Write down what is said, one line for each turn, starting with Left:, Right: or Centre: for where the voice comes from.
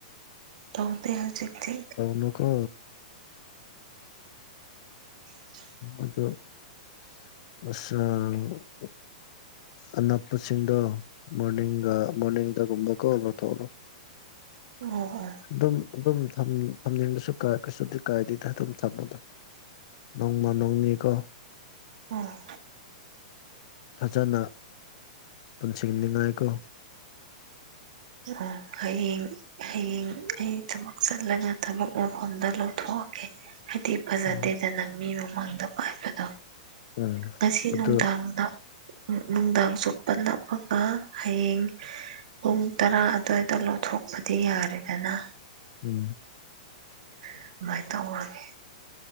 Right: ꯇꯧꯗꯤ ꯍꯧꯖꯤꯛꯗꯤ
Left: ꯇꯧꯅꯨ ꯀꯣ
Right: <unintelligible>
Left: ꯑꯗꯣ <unintelligible> ꯑꯅꯛꯄꯁꯤꯡꯗꯣ ꯃꯣꯔꯅꯤꯡꯒ ꯃꯣꯔꯅꯤꯡꯗꯒꯨꯝꯕ ꯀꯣ ꯂꯣꯊꯣꯛꯂꯣ
Right: ꯑꯣ ꯑꯣ
Left: ꯑꯗꯨꯝ ꯑꯗꯨꯝ ꯊꯝꯅꯤꯡꯕꯁꯨ ꯀꯩꯁꯨꯗꯤ ꯀꯥꯏꯗꯗ ꯑꯗꯨꯝ ꯊꯝꯃꯣꯗꯣ ꯅꯣꯡꯃ ꯅꯣꯡꯅꯤꯀꯣ
Right: ꯑꯣ
Left: ꯐꯖꯅ ꯄꯨꯟꯁꯤꯟꯅꯤꯉꯥꯏꯀꯣ
Right: ꯑꯣ ꯍꯌꯦꯡ ꯍꯌꯦꯡ ꯑꯩ ꯊꯕꯛ ꯆꯠꯂꯒ ꯊꯕꯛ ꯃꯐꯝꯗ ꯂꯧꯊꯣꯛꯑꯒꯦ ꯍꯥꯏꯗꯤ ꯐꯖꯗꯦꯗꯅ
Left: ꯎꯝ
Right: ꯃꯤ ꯃꯃꯥꯡꯗ ꯄꯥꯏꯕꯗꯣ
Left: ꯎꯝ
Right: ꯉꯁꯤ
Left: ꯑꯗꯨ
Right: ꯅꯨꯡꯗꯥꯡꯗ ꯅꯨꯡꯗꯥꯡ ꯆꯨꯞꯄ ꯅꯞꯑꯒ ꯍꯌꯦꯡ ꯄꯨꯡ ꯇꯔꯥ ꯑꯗꯨꯋꯥꯏꯗ ꯂꯧꯊꯣꯛꯄꯗꯤ ꯌꯥꯔꯦꯗꯅ
Left: ꯎꯝ
Right: ꯑꯗꯨꯃꯥꯏꯅ ꯇꯧꯔꯥꯅꯤ